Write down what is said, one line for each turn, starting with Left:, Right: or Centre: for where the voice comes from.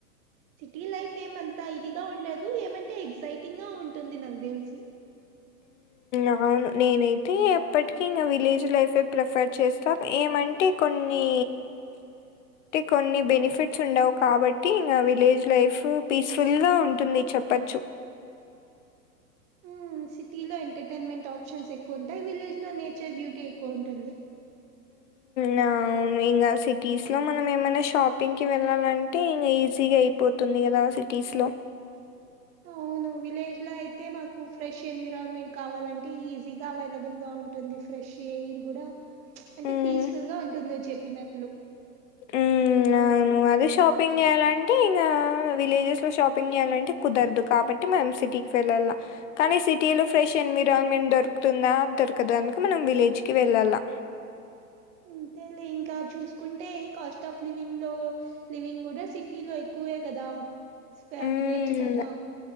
Right: సిటీ లైఫ్ ఏమంతా ఇదిగా ఉండదు ఏమంటే ఎగ్జైటింగ్గా ఉంటుంది నాక్ తెలిసి
Left: ఆవును నేనైతే ఎప్పటికీ ఇంగ విలేజ్ లైఫే ప్రిఫర్ చేస్తా ఏమంటే కొన్నీ టి కొన్ని బెనిఫిట్స్ ఉండవు కాబట్టి ఇంగ విలేజ్ లైఫ్ పీస్ఫుల్ గా ఉంటుంది చెప్పొచ్చు
Right: మ్ సిటీలో ఎంటర్టైన్మెంట్ ఆప్షన్స్ ఎక్కువ ఉంటాయ్ విలేజ్ లో నేచర్ బ్యూటీ ఎక్కువ ఉంటుంది
Left: నావును ఇంగ సిటీస్ లో మనం ఏమైనా షాపింగ్కి వెళ్ళాలంటే ఇంగ ఈజీగా అయి పోతుంది గదా సిటీస్లో
Right: ఔను విలేజ్ లో అయితే మాకు ఫ్రెష్ ఎన్విరాన్మెంట్ కావాలంటే ఈజీగా అవైలబుల్ గా ఉంట్ టుంది ఫ్రెష్ ఎయిర్ కూడా అంటే
Left: హ్మ్.
Right: పీస్ఫుల్ గా ఉంటుంద్ నువ్ చెప్పినట్లు
Left: మ్ అవును అదే షాపింగ్ జేయాలంటే ఇంకా విలేజెస్లో షాపింగ్ చేయాలంటే కుదర్దు కాబట్టి మనం సిటీక్ వెళ్ళాల కానీ సిటీలో ఫ్రెష్ ఎన్విరాన్మెంట్ దొరుకుతుందా దొరకదు అందుకె మనం విలేజ్కి వెళ్ళాలా
Right: అంతే లే ఇంకా చూసుకుంటే కాస్ట్ ఆఫ్ లివింగ్ లో లివింగ్ గుడా సిటీ లో ఎక్కువే కదా స్పా
Left: హ్మ్.
Right: విలేజ్ కన్నా